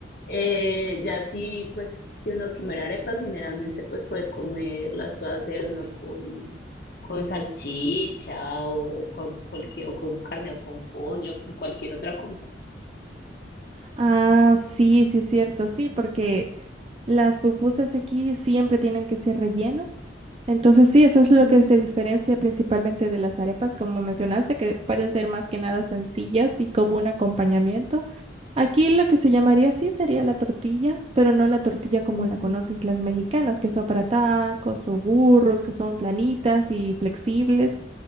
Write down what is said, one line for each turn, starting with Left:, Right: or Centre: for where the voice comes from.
Left: eh, ya sí, pues si uno quiere arepas, generalmente pues puede comer, las puede hacer ¿no? con, con salchicha o con, cualquier, o con carne o con pollo, con cualquier otra cosa.
Right: Ah, sí, sí, cierto, sí, porque Las pupusas aquí siempre tienen que ser rellenas. Entonces sí, eso es lo
Left: Mm,
Right: que se diferencia principalmente de las arepas, como mencionaste, que pueden ser más que nada sencillas y como un acompañamiento. Aquí lo que se llamaría sí sería la tortilla, pero no la tortilla como
Left: mm,
Right: la conoces
Left: mm,
Right: las mexicanas, que son para tacos o burros, que son planitas y flexibles.